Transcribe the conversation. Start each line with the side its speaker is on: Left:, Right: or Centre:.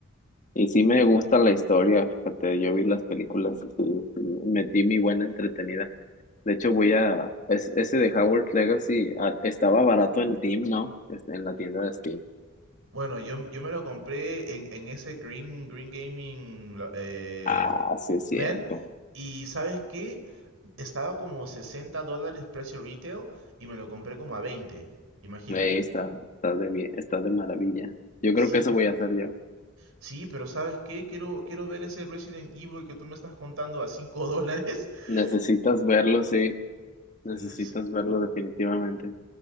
Left: Y sí me gusta la historia, fíjate, yo vi las películas y sí, sí, me di mi buena entretenida. De hecho, voy a, es- ese de Hogwarts Legacy ah, estaba barato en Steam, ¿no? Este, en la tienda de Steam.
Right: Bueno, yo, yo me lo compré en, en ese Green, Green Gaming lo- eh,
Left: Ah, sí es
Right: Men,
Left: cierto.
Right: y ¿sabes qué? Estaba como 60 dólares precio retail y me lo compré como a 20. Imagínate.
Left: Ahí está, está de bien, está de maravilla. Yo creo
Right: Sí,
Left: que eso voy a hacer yo.
Right: sí, pero ¿sabes qué? Quiero, quiero ver ese Resident Evil que tú me estás contando a 5 dólares. <laughs>
Left: Necesitas verlo, sí, necesitas
Right: No sé,
Left: verlo definitivamente.